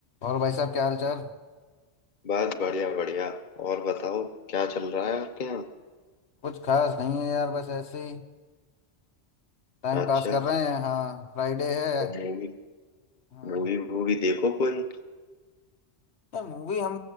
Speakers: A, on the left; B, on the left.
A: और भाई साहब क्या हाल चाल
B: बस बढ़िया बढ़िया और बताओ क्या चल रहा है आपके यहाँ
A: कुछ खास नहीं है यार बस ऐसे ही टाइम
B: अच्छा
A: पास कर रहे हैं हाँ फ्राइडे है
B: तो मूवी
A: हाँ
B: मूवी वूवी देखो कोई
A: यार मूवी हम